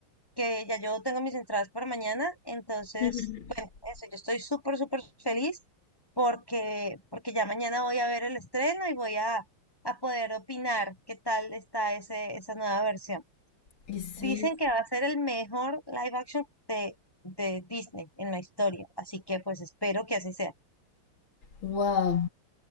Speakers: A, on the left; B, on the left.
A: que ya yo tengo mis entradas para mañana, entonces,
B: <laughs>
A: bueno, eso, yo estoy súper, súper feliz porque, porque ya mañana voy a ver el estreno y voy a, a poder opinar qué tal está ese, esa nueva versión.
B: Y sí.
A: Dicen que va a ser el mejor live action de, de Disney en la historia, así que pues espero que así sea.
B: ¡Wow!